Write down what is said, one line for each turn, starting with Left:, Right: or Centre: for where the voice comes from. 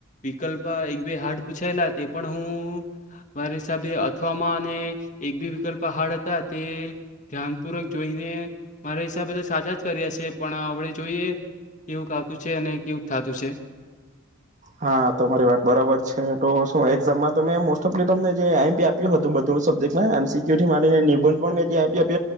Left: વિકલ્પ એક બે હાર્ડ પૂછાયેલા તે પણ હું મારા હિસાબે અથવાવામાં અને એક બે વિકલ્પ હાર્ડ હતા. તે ધ્યાનપૂર્વક જોઈને મારા હિસાબે તો સાચા જ કરીએ છે. પણ આપડે જોઈએ કેવુંક આવતું છે અને કેક થતું છે.
Right: હા તોરી વાત બરાબર છે તો શું એક્ઝામમાં મોસ્ટ ઓફ તમને જેઈપી આપ્યું હતું બધું સબ્જેક્ટમાં એમસીક્યુ થી માનીનેંધ મેપી આપ